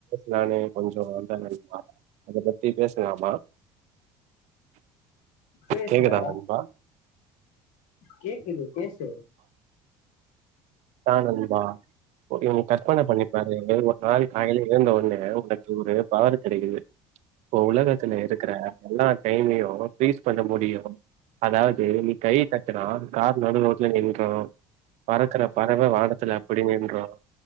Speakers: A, on the right; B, on the left.
A: நானே கொஞ்சம் அண்ட <unintelligible> அத பத்தி பேசலாமா
B: பேசுடா
A: கேக்குதா நண்பா
B: கேக்குது பேசு
A: ஆ நண்பா நீ கற்பன பண்ணிப்பாரு ஒரு நாள் காயில எழுந்த ஒடனே உனக்கு ஒரு பவறு கெடக்குது இப்ப உலகத்துல இருக்கிற எல்லா டைமயும் ஃபிரிஸ் பண்ண முடியும் அதாவது நீ கைய க நான் கார் நடு ரோட்ல நின்றும் பறக்கற பறவ அப்படி நின்றும்